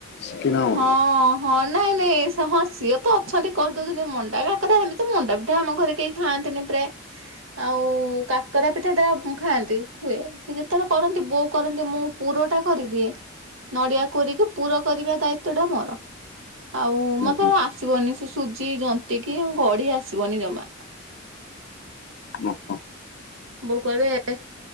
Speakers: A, on the left; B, on the right.
A: ଶିଖିନ ଆଉ।
B: ହଁ। ହଁ ନାଇଁ ନାଇଁ ହଁ ସିଏ ତ ଅଛନ୍ତି କରିଦଉଦିନି ମଣ୍ଡା କାକେରା ଆମି ତ ମଣ୍ଡା ବିିଧା ଆମ ଘରେ କେହି ଖାଆନ୍ତିନି ପ୍ରାୟ ଆଉ କାକରା ପିଠା ଟା ଖାଆନ୍ତି। ହୁଏ ସେ ଯେତେବେଳେ କରନ୍ତି ବୋଉ କରନ୍ତି ମୁଁ ପୁର ଟା କରିଦିଏ ନଡିଆ କୋରିକି ପୁର କରିବା ଦାୟିତ ତ ଟା ମୋର। ଆଉ
A: ହୁଁ
B: ମତେ
A: ହୁଁ
B: ହେରା ଆସିବନି ସେ ସୁଜି ଯନ୍ତି କିି ଗଢି ଆସିବନି ଜମା।
A: ଓ ହୋ।
B: ବୋଉ କଇବେ